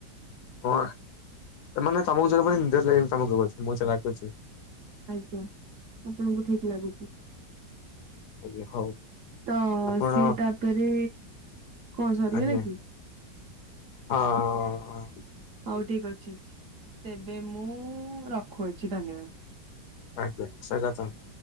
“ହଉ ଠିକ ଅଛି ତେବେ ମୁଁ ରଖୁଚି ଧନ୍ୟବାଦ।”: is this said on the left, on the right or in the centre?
Right